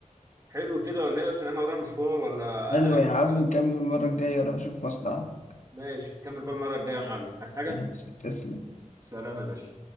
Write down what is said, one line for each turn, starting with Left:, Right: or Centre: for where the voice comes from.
Right: حلو كده ولا ايه بس عشان انا ورايا مشوار ولا
Left: حلو
Right: عايز
Left: يا عم
Right: تقول كمان؟
Left: نكمل المرة الجاية روح شوف مصلحتك
Right: ماشي كمل بقى المره الجايه يا معلم عايز حاجه
Left: ماشي تسلم
Right: سلام يا باشا